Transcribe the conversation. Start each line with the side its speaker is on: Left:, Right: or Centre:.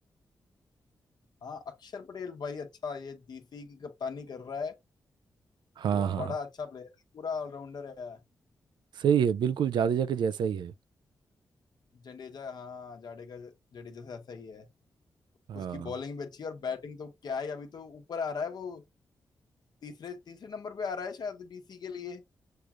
Left: हाँ अक्षर पटेल भाई अच्छा ये डीसी की कप्तानी कर रहा है
Right: हाँ
Left: वो
Right: हाँ
Left: बड़ा अच्छा प्लेयर है पूरा ऑलराउंडर है
Right: सही है बिल्कुल जाडेजा के जैसा ही है
Left: जडेजा हाँ जाडेजा जडेजा से ऐसा ही है
Right: हाँ
Left: उसकी बॉलिंग भी अच्छी है और बैटिंग तो क्या है अभी तो ऊपर आ रहा है वो तीसरे तीसरे नंबर पे आ रहा है शायद डीसी के लिए